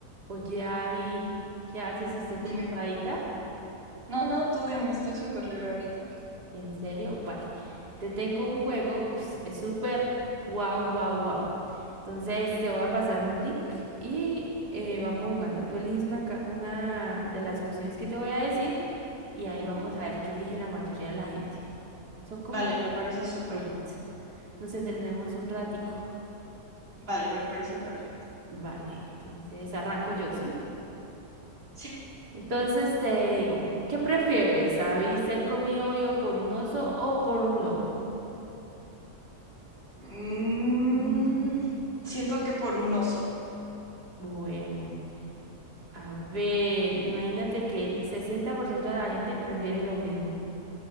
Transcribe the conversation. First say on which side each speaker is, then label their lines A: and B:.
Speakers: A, on the right; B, on the right.
A: Oye, Abby, ¿qué haces si estás
B: Dime.
A: ocupadita?
B: No, no, tú dime, estoy súper libre ahorita.
A: ¿En serio? Vale. Te tengo un juego, ups, es súper wow, wow, wow. Entonces te voy a pasar un link y eh, vamos jugando. Tú eliges una, ca- una de las opciones que te voy a decir y ahí vamos a ver qué elige la mayoría de la gente. Son como
B: Vale,
A: cosas
B: me parece súper.
A: absurdas. Nos entretenemos un ratico.
B: Vale, me parece perfecto.
A: Vale, entonces arranco yo, ¿sí?
B: Sí.
A: Entonces te digo, ¿qué prefieres, Abby, ser comido vivo por un oso o por un lobo?
B: Mm,
A: Mm.
B: siento que por un oso.
A: Bueno, a ver, imagínate que el 60% de la gente prefiere lo mismo.